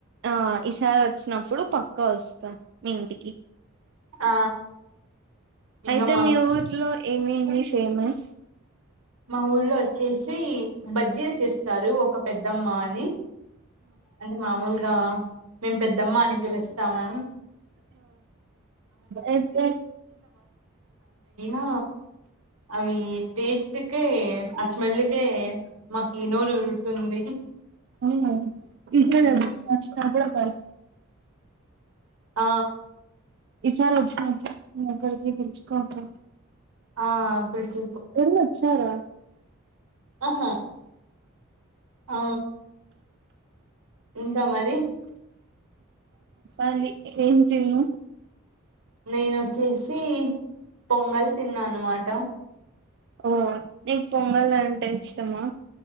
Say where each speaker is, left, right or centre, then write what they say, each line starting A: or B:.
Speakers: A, on the right; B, on the right.
A: ఆ ఈసారొచ్చినప్పుడు పక్కా వొస్తా మీ ఇంటికి.
B: ఆ ఇంకా
A: ఐతే
B: మా
A: మీ ఊర్లో ఏమేమి ఫేమస్.
B: మా ఊర్లో వొచ్చేసి బజ్జీల్ చేస్తారు ఒక పెద్దమ్మ అని అంటే మామూల్గా. మేమ్ పెద్దమ్మ అని పిలుస్తామమ్
A: అయితే
B: ఉ అవి టేస్ట్ కే ఆ స్మెల్కే మాకి నోరూర్తుంది.
A: ఉమ్ <unintelligible> ఎబ్బుడొత్తాడు.
B: ఆ
A: ఇసారొచ్చినప్పుడు అక్కడికి పిలుచుకొన్ పో.
B: ఆ బిల్చ్.
A: ఇరి వచ్చార
B: ఆహా ఆ ఇంకా మరి
A: అండి ఏం తిన్న
B: నేనొచ్చేసి. పొంగల్ తిన్నా. అన్మాట
A: ఓ నీక్ పొంగల్ అంటే ఇష్టమా.